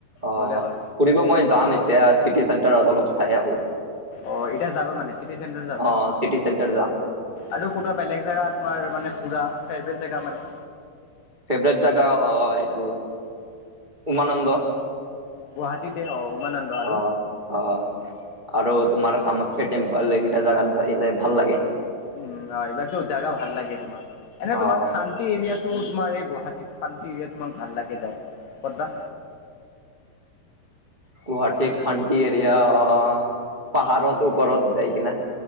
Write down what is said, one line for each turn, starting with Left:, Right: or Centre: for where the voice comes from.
Right: অ
Left: গ'লে হ'ল
Right: ফুৰিব মই যাম এতিয়া। চিটি চেণ্টাৰত অলপ। চাই আহো।
Left: অ এতিয়া যাবা মানে? চিটি চেণ্টাৰ যাবা?
Right: অ' চিটি চেণ্টাৰ যাম।
Left: আৰু কোনোবা বেলেগ জেগা, তোমাৰ মানে ফুৰা, ফেভৰেট জেগা মানে।
Right: ফেভৰেট জেগা অ' এইটো উমানন্দ।
Left: গুৱাহাটীতে অ'। উমানন্দ আৰু
Right: অ', অ', আৰু তোমাৰ কামাখ্যা টেম্পল এইকেইটা জাগাত জাইলে ভাল লাগে।
Left: উম, অ' এইবিলাক জাগা ভাল লাগে তোমাৰ, এনে
Right: অ'
Left: তোমাৰ খান্তি এৰিয়াত <unintelligible> তোমাৰ এই গুৱাহাটীত খান্তি এৰিয়াত তোমাৰ ভাল লাগে যায় ক'তবা।
Right: গুৱাহাটীত খানটি এৰিয়া অ' পাহাৰত ওপৰত যায় কিনে।